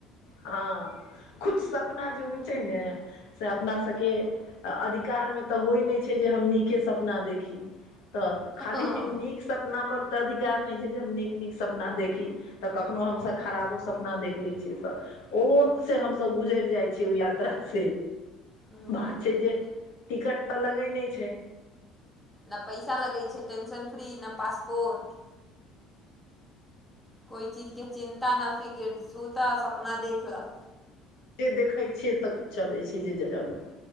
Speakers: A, on the left (about 80°); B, in the centre.
A: हँ किछु सपना जे होइ छै ने से अपना सभके आ अधिकारमे तऽ होइत नहि छै जे हम नीके सपना देखी तऽ खाली
B: हँ
A: नीक सपना पर ओतऽ अधिकार नहि छै जे हम नीक नीक सपना देखी तऽ कखनो हमसब खराबो सपना देख लै छियै सभ ओहो से हमसभ गुजरि जाइ छिय ओ यात्रा से
B: हूँ
A: बात छै जे टिकट तऽ लगे नहि छै
B: नहि पैसा लगै छै टेंशन फ्री नहि पासपोर्ट कोइ चीजके चिन्ता न फिकर सुतऽ सपना देखे लह
A: जे देखैत छियै तऽ चलै छी जे जना